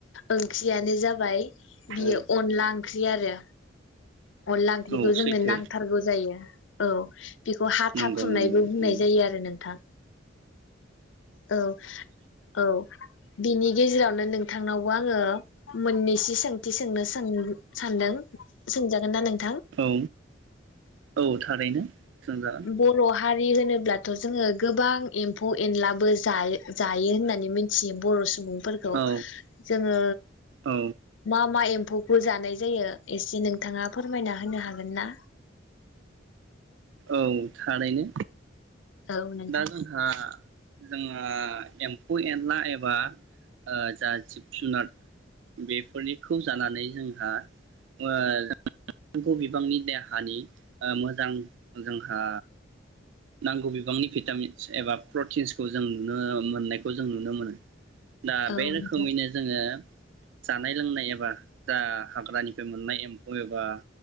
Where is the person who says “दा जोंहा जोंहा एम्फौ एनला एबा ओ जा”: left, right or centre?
Right